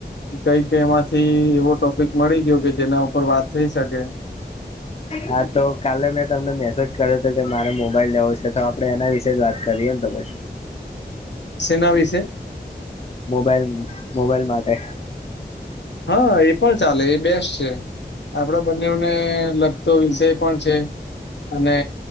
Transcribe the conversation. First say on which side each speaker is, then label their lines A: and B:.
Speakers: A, on the left; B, on the left.
A: કંઈક એમાંથી એવો ટોપિક મળી ગયો કે જેના ઉપર વાત થઈ શકે
B: હા તો કાલે મેં તમને મેસેજ કર્યો હતો કે મારે મોબાઈલ લેવો છે તો આપણે એના વિશે જ વાત કરીએ ને તો પછી
A: સેના વિશે
B: મોબાઈલ મોબાઈલ માટે
A: હા એ પણ ચાલે એ બેસ્ટ છે આપણા બંને ઓને લગતો વિષય પણ છે અને